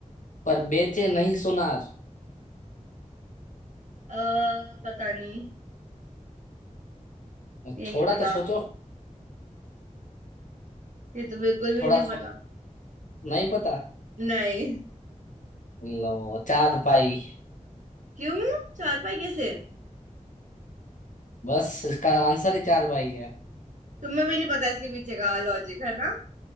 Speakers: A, on the left; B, on the right.
A: पर बेचे नहीं सुनार
B: अः पता नहीं ये
A: थोड़ा
B: नहीं पता
A: तो सोचो
B: ये तो बिल्कुल भी
A: थोड़ा
B: नहीं
A: सो
B: पता
A: नहीं पता
B: नहीं
A: लो चार पाई
B: क्यों चारपाई कैसे
A: बस इसका आंसर ही चार पाई है
B: तुम्हें भी नहीं पता इसके पीछे का लॉजिक है ना